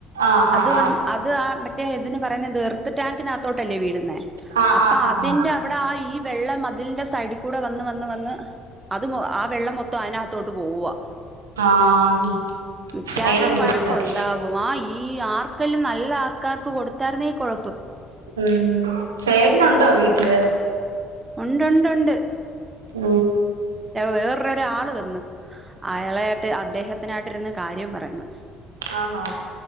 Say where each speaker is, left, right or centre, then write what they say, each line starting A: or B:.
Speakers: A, on the right; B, on the right.
A: ആഹ്
B: അത്
A: ആഹ്
B: അത് ആ മറ്റേ ഇതിന് പറയുന്ന ന്തുവാ എർത്ത് ടാങ്കിനകത്തോട്ടല്ലേ വീഴ്ന്നെ
A: ആഹ്
B: അപ്പൊ
A: ആഹ് ആഹ് ആഹ്
B: അതിന്റെ
A: ആഹ്
B: അവടെ ആ ഈ വെള്ളം മതിലിന്റെ സൈഡികൂടെ വന്ന് വന്ന് വന്ന് അത് ആ വെള്ളം മൊത്തം അയിനഅത്തോട്ട് പോവാ
A: ആഹ്
B: മിക്കറും
A: ഭയങ്കര ബുദ്ധിമുട്ടാത്
B: വഴക്കുണ്ടാവും ആ ഈ ആർക്കെല്ലും ന ല്ല ആർക്കാർക്ക് കൊട്ത്തായ്ര്ന്നേ കൊഴ
A: ഉം ചേട്ടനുണ്ടോ വീട്ടില്
B: ഉണ്ടു ണ്ടു ണ്ട്
A: ആ
B: വേറൊരാൾ വന്ന് അയാളായിട്ട് അദ്ദേഹത്തിനായിട്ട് ര്ന്ന് കാര്യം പറയുന്നു
A: ആന്നോ